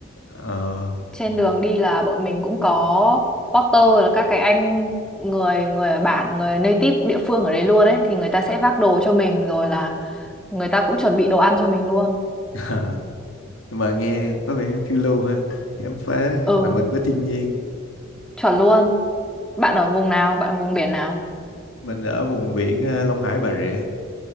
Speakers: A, on the left (about 80°); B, in the centre.
A: ờ,
B: trên đường đi là bọn mình cũng có porter là các cái anh người người ở bản người native địa phương ở đấy luôn ấy thì người ta sẽ vác đồ cho mình rồi là người ta cũng chuẩn bị đồ ăn cho mình luôn
A: <laughs> nhưng mà nghe có vẻ phiêu lưu ha khám phá
B: ừ
A: hòa mình với thiên nhiên
B: chuẩn luôn bạn ở vùng nào bạn ở vùng biển nào
A: mình ở vùng biển à, Long Hải Bà Rịa